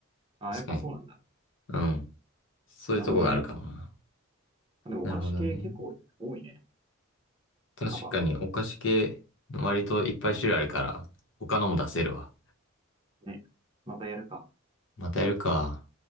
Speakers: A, on the right; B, on the left.
A: あ、
B: 確かに。
A: やっぱそうなんだ。
B: うん。そういうとこがあるかもな。
A: なるほどね。でもお菓子系結構多いね。
B: なるほどね。確かにお菓子系、
A: 幅。
B: 割といっぱい種類あるから、他のも出せるわ。
A: ね。またやるか。
B: またやるか。